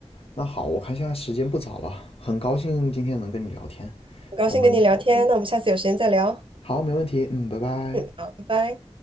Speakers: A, on the left; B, on the right.
A: 那好，我看现在时间不早了，很高兴今天能跟你聊天，
B: 很高兴跟你聊天，
A: 我们
B: 那我们下次有时间再聊。
A: 好，没问题，嗯，拜拜。
B: 嗯，好，拜拜。